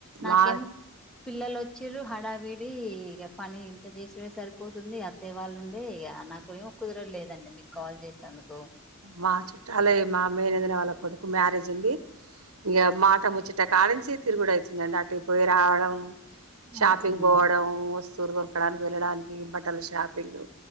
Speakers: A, in the centre; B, on the right.
A: నాకేం
B: మా
A: పిల్లలు వచ్చిరు హడావిడి ఇగ పని ఇంట జేసిరేసారు పోతుంది అత్తే వాళ్ళు ఉండి ఇగ నాకు ఏం కుదరలేదండి మీకు కాల్ చేస్తేందుకు
B: మా చుట్టాలే మా మేనేజెర్ వాళ్ళ కొడుకు మ్యారేజ్ ఉంది ఇగ మాట ముచ్చ ఇట్టకాలంచి తిరుగుడు అయితుందండి అటుకి పోయి రావడం షాపింగ్
A: అంతేనా
B: పోవడం సూరు కొనకడానికి వెళ్ళడానికి బట్టల షాపింగ్